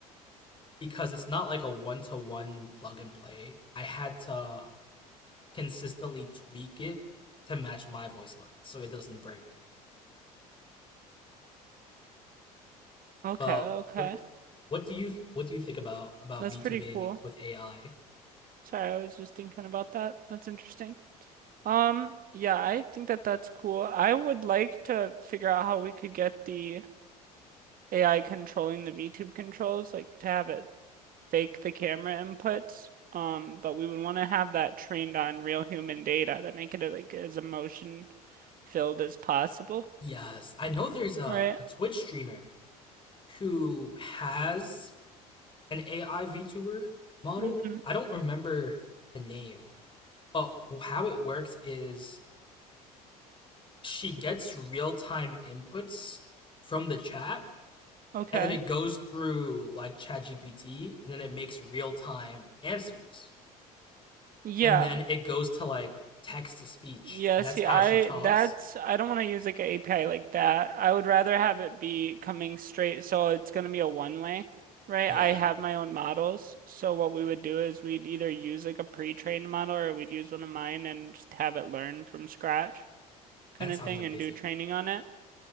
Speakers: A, on the left; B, on the right.
A: because it's not like a one to one plug and play. I had to consistently tweak it to match my voice line so it doesn't break.
B: Okay,
A: But
B: okay.
A: what what do you what do you think about about
B: That's
A: VTubing
B: pretty cool.
A: with AI?
B: Sorry, I was just thinking about that. That's interesting. Um, yeah, I think that that's cool. I would like to figure out how we could get the AI controlling the VTube controls, like to have it fake the camera inputs. Um, but we would want to have that trained on real human data to make it uh, like as emotion filled as possible,
A: Yes, I know there's a,
B: right?
A: a Twitch streamer who has an AI VTuber model.
B: Mm-hmm.
A: I don't remember the name, but how it works is she gets real time inputs from the chat
B: Okay.
A: and then it goes through like ChatGPT, and then it makes real-time answers
B: Yeah.
A: and then it goes to like text to speech
B: Yeah,
A: and
B: see,
A: that's how
B: I
A: she talks
B: that's I don't want to use like an API like that. I would rather have it be coming straight, so it's going to be a one way, right?
A: yeah
B: I have my own models. So what we would do is we'd either use like a pre-trained model or we'd use one of mine and just have it learn from scratch kind
A: that
B: of
A: sounds
B: thing
A: amazing
B: and do training on it,